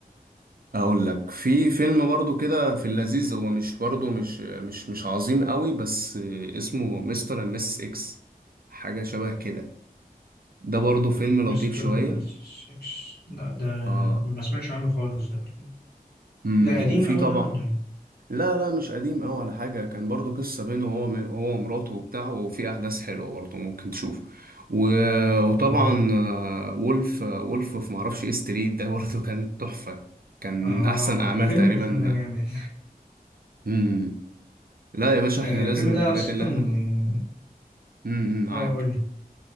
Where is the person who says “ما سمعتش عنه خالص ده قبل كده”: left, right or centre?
Left